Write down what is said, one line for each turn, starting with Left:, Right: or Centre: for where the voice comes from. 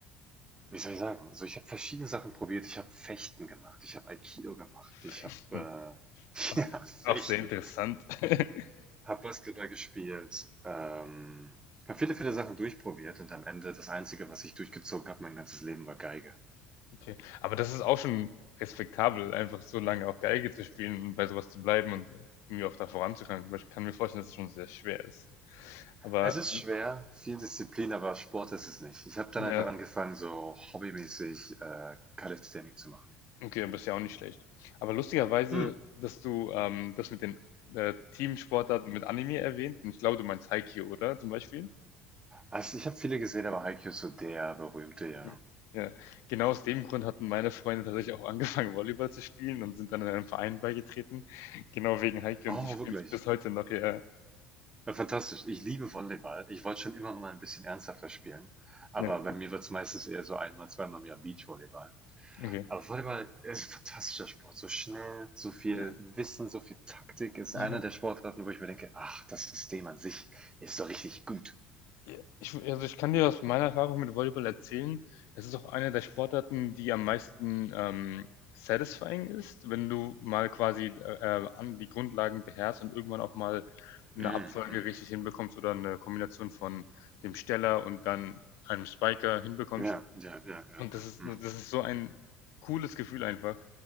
Right: wie soll ich sagen? So, ich habe verschiedene Sachen probiert. Ich habe Fechten gemacht, ich habe Aikido gemacht, ich
Left: Fechten.
Right: habe,
Left: Auch,
Right: äh <laughs> ja, Fechten.
Left: auch sehr interessant. <laughs>
Right: Habe Basketball gespielt, ähm, habe viele, viele Sachen durchprobiert und am Ende das Einzige, was ich durchgezogen habe, mein ganzes Leben, war Geige.
Left: Okay. Aber das ist auch schon respektabel, einfach so lange auch Geige zu spielen und bei sowas zu bleiben und äh, irgendwie auch da voranzukommen. Weil Ich kann mir vorstellen, dass es schon sehr schwer ist. Aber
Right: Es ist
Left: äh,
Right: schwer, viel Disziplin, aber Sport ist es nicht. Ich habe dann
Left: ja,
Right: einfach angefangen, so hobbymäßig äh, Calisthenics zu machen.
Left: okay, aber ist ja auch nicht schlecht. Aber lustigerweise,
Right: Hm.
Left: dass du ähm, das mit den äh, Teamsportarten mit Anime erwähnt, und ich glaube, du meinst Haikyuu, oder? Zum Beispiel?
Right: Also ich habe viele gesehen, aber Haikyuu ist so der berühmte, ja.
Left: Ja. Ja. Genau aus dem Grund hatten meine Freunde tatsächlich auch angefangen, Volleyball zu spielen und sind dann in einem Verein beigetreten. Genau wegen Haikyuu
Right: Oh,
Left: und sie spielen
Right: wirklich.
Left: es bis heute noch. Ja,
Right: Ja, Fantastisch. Ich liebe Volleyball. Ich wollte schon immer mal ein bisschen ernsthafter spielen, aber
Left: ja,
Right: bei mir wird es meistens eher so einmal, zweimal im Jahr Beachvolleyball.
Left: okay.
Right: Aber Volleyball ist ein fantastischer Sport. So schnell, so viel
Left: Ja,
Right: Wissen, so viel Taktik ist
Left: ja.
Right: einer der Sportarten, wo ich mir denke, ach, das System an sich ist so richtig gut.
Left: Ja, Ich, also ich kann dir aus meiner Erfahrung mit Volleyball erzählen, es ist auch eine der Sportarten, die am meisten ähm, satisfying ist, wenn du mal quasi äh, äh, an die Grundlagen beherrschst und irgendwann auch mal eine
Right: Mhm.
Left: Abfolge richtig hinbekommst oder eine Kombination von dem Steller und dann einem Spiker hinbekommst.
Right: Ja, ja, ja, ja,
Left: Und
Right: ja.
Left: das ist,
Right: Mhm.
Left: das ist so ein cooles Gefühl einfach,